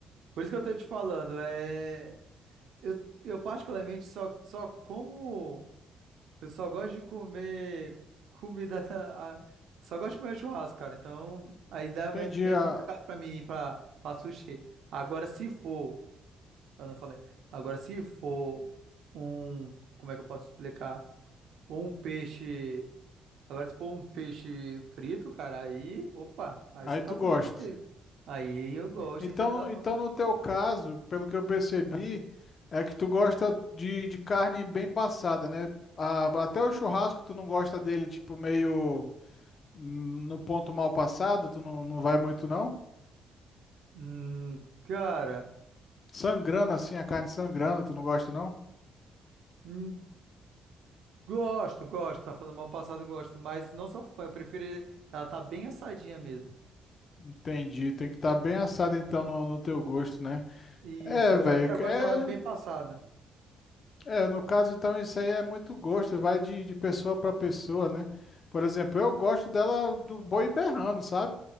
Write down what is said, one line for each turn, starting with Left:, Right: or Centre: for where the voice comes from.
Right: por isso que eu tô te falando, é, eu, eu particularmente só, só como, eu só gosto de comer comida, <laughs> da- a- só gosto de comer churrasco, cara. Então, aí dá meio,
Left: Entendi.
Right: meio
Left: a-
Right: complicado pra mim ir pra, pra sushi. Agora, se for, eu não falei, agora se for um, como é que eu posso explicar? Um peixe. Agora, se for um peixe frito, cara, aí, opa, aí
Left: Aí
Right: você tá
Left: tu
Right: falando
Left: gosta.
Right: comigo. Aí eu gosto,
Left: Então,
Right: aí você tá falando.
Left: então, no teu caso, pelo que eu percebi, é que tu gosta de, de carne bem passada, né? A- até o churrasco tu não gosta dele, tipo, meio hum, no ponto mal passado, tu não, não vai muito, não?
Right: Hum, cara,
Left: Sangrando assim, a carne sangrando, tu não gosta, não?
Right: hum, gosto, gosto, tá falando mal passado, gosto, mas não sou fã, eu prefiro ele, ela tá bem assadinha mesmo.
Left: Entendi, tem que estar bem assado então no, no teu gosto, né?
Right: Isso,
Left: É,
Right: eu
Left: velho,
Right: gosto, eu gosto
Left: é,
Right: dela de bem passada.
Left: é, no caso então isso aí é muito gosto, vai de, de pessoa para pessoa, né? Por exemplo, eu gosto dela do boi berrando, sabe?